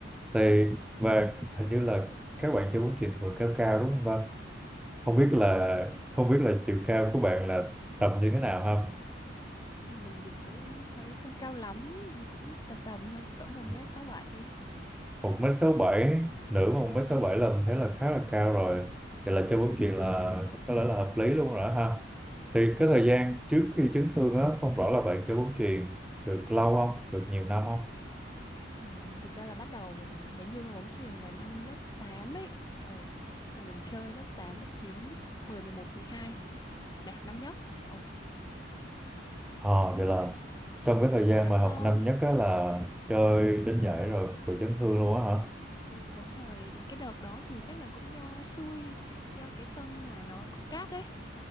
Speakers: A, in the centre; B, on the left.
A: thì mà hình như là các bạn chơi bóng chuyền thường cao cao đúng không ta không biết
B: ừ,
A: là
B: mình
A: không biết là chiều cao của bạn là tầm như thế nào không
B: mình thì cũng thấy không cao lắm cũng tầm tầm thôi cỡ một mét
A: Ừ.
B: sáu bảy
A: một mét sáu bảy nữ mà một mét sáu
B: Ừ,
A: bảy là mình thấy là khá là cao rồi vậy là chơi bóng chuyền là có lẽ là hợp lý luôn rồi đó ha
B: ừ,
A: thì cái thời
B: đúng
A: gian
B: rồi.
A: trước khi chấn thương á không rõ là bạn chơi bóng chuyền được lâu không được nhiều năm không
B: Ừ, thực ra là bắt đầu mình bén duyên với bóng chuyền là năm lớp 8 ấy. Ờ, là mình chơi lớp tám lớp chín mười mười một mười hai đại học năm nhất. Ồ,
A: ờ
B: cũng
A: vậy là trong cái thời
B: cũng
A: gian
B: khá
A: mà
B: lâu.
A: học năm nhất á là chơi đến giải rồi bị chấn thương luôn á hả
B: Ừ, đúng rồi, cái đợt đó thì chắc là cũng do xui, do cái sân mà nó có cát đấy.